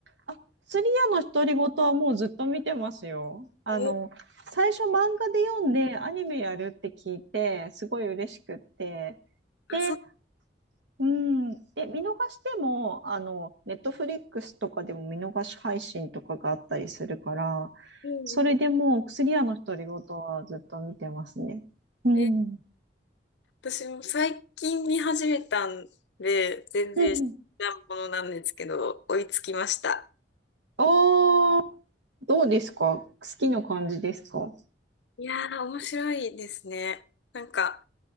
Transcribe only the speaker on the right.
あ、薬屋の独り言はもうずっと見てますよ。あの、
最初漫画で読んでアニメやるって聞いて、すごい嬉しくって。
で、
うん。で、見逃しても、あの、ネットフリックスとかでも見逃し配信とかがあったりするから、
それでもう、ク屋の独り言はずっと見てますね。うん。
うん。
おー、どうですか好きな感じですか